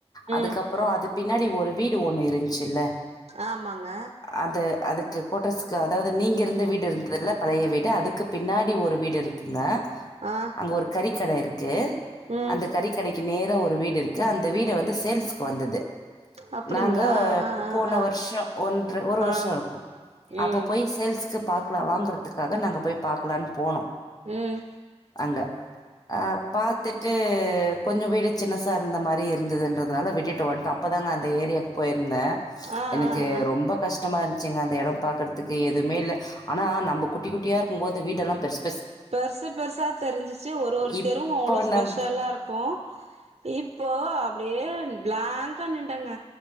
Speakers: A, on the left; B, on the right.
A: அதுக்கப்றோ
B: ம்
A: அது பின்னாடி ஒரு வீடு ஒண்ணு இருன்ச்சில்ல
B: ஆமாங்க
A: அது அதுக்கு கோட்ரஸ்க்கு அதாது நீங்க இருந்த வீடு இருந்ததுல பழைய வீடு அதுக்கு பின்னாடி ஒரு வீடு இருக்குங்க
B: ஆ
A: அங்க ஒரு கறிக்கட இருக்கு
B: ம்
A: அந்த கறிக்கடைக் கி நேர ஒரு வீடு இருக்கு அந்த வீடு வந்து சேல்ஸ்க்கு வந்தது
B: அப்டிங்களா
A: நாங்க
B: ஆ
A: போன
B: ஆ ஆ
A: வர்ஷோ ஒன்ற ஒரு வர்ஷோ
B: ஆ
A: இருக்கு
B: ம்
A: அப்பப் போய் சேல்ஸ்க்கு பாக்லா வாங்கறதுகாக நாங்க போய் பாக்லான் போனோ
B: ம்
A: அங்க ஆ பாத்துட்டு கொஞ்சோ வீடு சின்னசா இருந்த மாரி இருந்ததுன்றதுனால விட்டுட்டு வன்டோ அப்பதாங்க அந்த ஏரியாக் போய் ந்த
B: ஆ
A: எனக்கு
B: ஆ ஆ
A: ரொம்ப கஷ்டமா இருன்சுங்க அந்த எடோ பாக்கற்த் த்துகு எதுமே இல்ல ஆனா நம்ப குட்டி குட்டியா இருக்கும்போது வீடெல்லாம் பெர்ஸ்
B: பெர்சு பெர்சா தெரிஞ்சிச்சு ஒரு ஒரு
A: இப்போ
B: தெருவும் அவ்ளோ ஸ்பெஷலா
A: நம்
B: இருக்கும் இப்போ அப்படியே பிளாங்க்கா நிண்டங்க